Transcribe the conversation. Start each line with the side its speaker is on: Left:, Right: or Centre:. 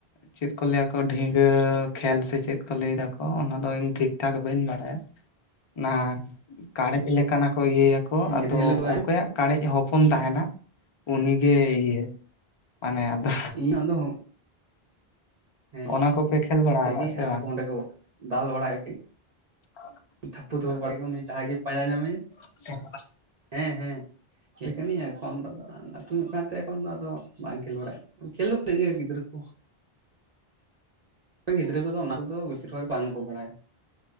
Left: ᱪᱮᱫ ᱠᱚ ᱞᱟᱹᱭᱟᱠᱚ ᱰᱷᱤᱝ ᱤᱭᱟᱹ ᱠᱷᱮᱞ ᱥᱮ ᱪᱮᱫ ᱠᱚ ᱞᱟᱹᱭ ᱫᱟᱠᱚ ᱚᱱᱟ ᱫᱚ ᱤᱧ ᱴᱷᱤᱠ ᱴᱷᱟᱠ ᱵᱟᱹᱧ ᱵᱟᱲᱟᱭᱟ ᱚᱱᱟ ᱠᱟᱲᱮᱡ ᱞᱮᱠᱟᱱᱟᱜ ᱠᱚ ᱤᱭᱟᱹᱭᱟᱠᱚ, ᱟᱫᱚ
Right: ᱜᱮᱰᱮ ᱦᱤᱞᱳᱜ
Left: ᱚᱠᱚᱭᱟᱜ ᱠᱟᱲᱮᱡ ᱦᱚᱯᱚᱱ ᱛᱟᱦᱮᱱᱟ ᱩᱱᱤᱜᱮ ᱤᱭᱟᱹ ᱢᱟᱱᱮ ᱟᱫᱚ
Right: <unintelligible> ᱤᱧ ᱟᱫᱚ ᱦᱮᱸ
Left: ᱚᱱᱟ ᱠᱚᱯᱮ ᱠᱷᱮᱞ ᱵᱟᱲᱟ
Right: ᱴᱷᱤᱠ
Left: ᱟᱠᱟᱫ
Right: ᱜᱮᱭᱟ
Left: ᱥᱮ
Right: ᱟᱨ
Left: ᱵᱟᱝ
Right: ᱠᱚ ᱦᱚᱸ ᱚᱸᱰᱮ ᱠᱚ ᱫᱟᱞ ᱵᱟᱲᱟᱭ
Left: <unintelligible>
Right: ᱛᱷᱟᱹᱯᱯᱩ ᱛᱷᱩ ᱵᱟᱲᱮ ᱜᱮ ᱚᱱᱤ <unintelligible> ᱜᱮ ᱯᱟᱸᱡᱟ ᱧᱟᱢᱮᱭᱟ
Left: <unintelligible>
Right: ᱦᱮᱸ ᱦᱮᱸ ᱠᱷᱮᱞ ᱠᱟᱹᱱᱟᱹᱧ ᱮᱠᱷᱚᱱ <unintelligible> ᱫᱚ ᱞᱟᱹᱴᱩ ᱧᱚᱜ ᱠᱟᱱᱛᱮ ᱮᱠᱷᱚᱱ ᱫᱚ ᱟᱫᱚ ᱵᱟᱝ ᱠᱷᱮᱞ ᱵᱟᱲᱟᱭ <unintelligible> ᱜᱤᱫᱨᱟᱹ ᱠᱚ, ᱜᱤᱫᱽᱨᱟᱹ ᱠᱚᱫᱚ ᱚᱱᱟ ᱠᱚᱫᱚ ᱵᱮᱥᱤᱨ ᱵᱷᱟᱜᱽ ᱵᱟᱝᱠᱚ ᱵᱟᱲᱟᱭᱟ